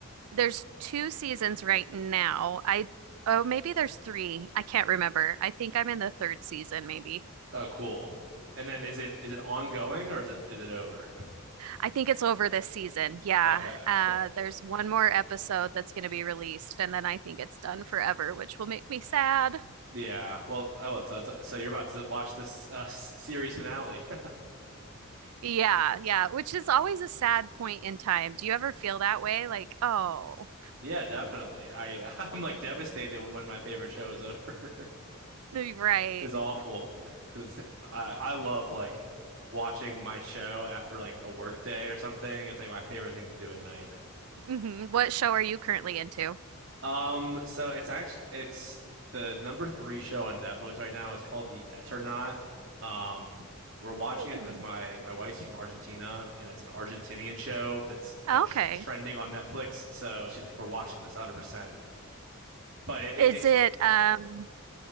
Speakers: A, on the right (about 85°); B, on the right (about 55°).
A: There's two seasons right now. I oh maybe there's three. I can't remember. I think I'm in the third season maybe.
B: Oh, cool. And then is it is it ongoing or is it is it over?
A: I think it's over this season. Yeah.
B: Okay.
A: Uh,
B: Well,
A: there's one more episode that's going to be released, and then I think it's done forever, which will make me sad.
B: yeah. Well, oh, so it's, so you're about to watch this uh, s- series finale. <laughs>
A: Yeah. Yeah. Which is always a sad point in time. Do you ever feel that way? Like, oh,
B: Yeah, definitely. I <laughs> I'm like devastated when my favorite show is over. <laughs>
A: right.
B: is awful <laughs> because I, I love like watching my show after like a work day or something. It's like my favorite thing to do at night.
A: hmm What show are you currently into?
B: Um, so it's actually it's the number three show on Netflix right now. It's called The Eternaut. Um, we're watching it
A: Hmm.
B: because my my wife's from Argentina and it's an Argentinian show that's
A: Okay.
B: like tr trending on Netflix. So she's like, we're watching this 100%. But it,
A: Is
B: it's
A: it, um,